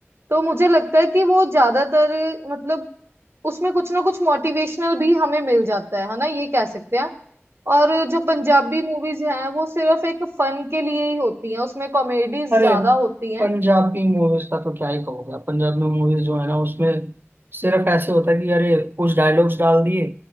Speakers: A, on the right; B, on the right.
A: तो मुझे लगता है कि वो ज्यादातर मतलब उसमें कुछ ना कुछ मोटिवेशनल भी हमें मिल जाता है है ना ये कह सकते हैं और जो पंजाबी मूवीज हैं वो सिर्फ एक फन के लिए ही होती हैं उसमें कॉमेडीज
B: अरे
A: ज्यादा होती हैं
B: पंजाबी मूवीज का तो क्या ही कहोगे आप पंजाबी मूवीज जो है ना उसमें सिर्फ ऐसे होता है कि अरे कुछ डायलॉग्स डाल दिए